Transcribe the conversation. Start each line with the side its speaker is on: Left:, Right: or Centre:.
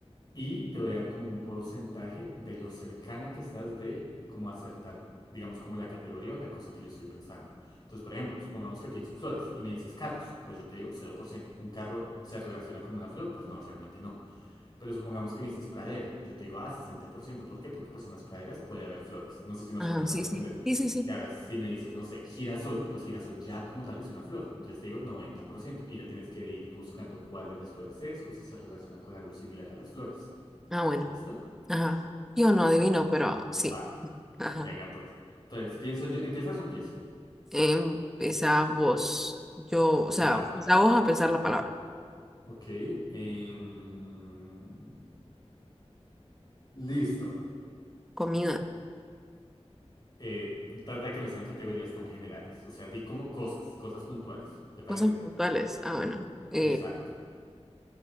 Left: Y te voy a dar como un porcentaje de lo cercana que estás de como acertar, digamos, como la categoría o la cosa que yo estoy pensando. Entonces, por ejemplo, supongamos que pienso flores y me dices carros, pues yo te digo cero por ciento ¿Un carro se relaciona con una flor? Pues no, realmente no. Pero supongamos que me dices pradera, yo te digo, ah, sesenta ¿Por ciento por qué? Porque pues en las praderas puede haber flores. No sé si más
Centre: ajá,
Left: o menos me
Centre: sí,
Left: hago entender.
Centre: sí. Sí, sí, sí.
Left: Y ahora, si me dices, no sé, girasol, pues girasol ya como tal es una flor. Entonces te digo noventa por ciento Y ya tienes que ir buscando cuál de las flores es o si se relaciona con algo similar a las flores.
Centre: Ah, bueno.
Left: ¿Listo?
Centre: Ajá. Yo no adivino, pero sí.
Left: Va,
Centre: Ajá.
Left: venga pues. Entonces, pienso yo, ¿empiezas o empiezo?
Centre: Empezá vos. Yo, o sea,
Left: Va,
Centre: empezá vos a pensar la palabra.
Left: ok. em, listo.
Centre: Comida.
Left: Eh, trata de que no sean categorías tan generales. O sea, di como cosas, cosas puntuales. ¿Te parece?
Centre: Cosas puntuales. Ah, bueno. Eh,
Left: Exacto.